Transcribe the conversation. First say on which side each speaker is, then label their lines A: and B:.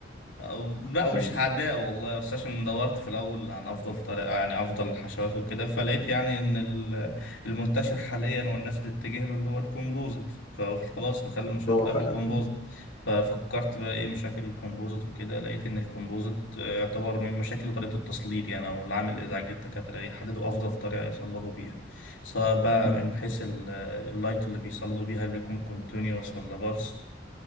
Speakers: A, on the left (about 85°); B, on the left (about 30°).
A: أو- لا
B: عشان
A: مش عداء والله بس عشان دورت في الأول عن أفضل طريقة يعني أفضل الحشوات وكده فلقيت يعني إن ال- المنتشر حاليا والناس بتتجه له اللي هو الكومبوزيت فقلت خلاص نخلي المشروع
B: هو
A: بتاعي
B: فعلا
A: في الكومبوزيت ففكرت بقى إيه مشاكل الكومبوزيت وكده لقيت إن الكومبوزيت آه، يعتبر من مشاكل طريقة التصليد يعني أو العامل الإزعاجي للدكاترة يحددوا أفضل طريقة يصلدوا بيها سواء بقى
B: مم.
A: من حيث ال- اللايت اللي بيصلدوا بيها هل بيكون كونتينيوس ولا بالس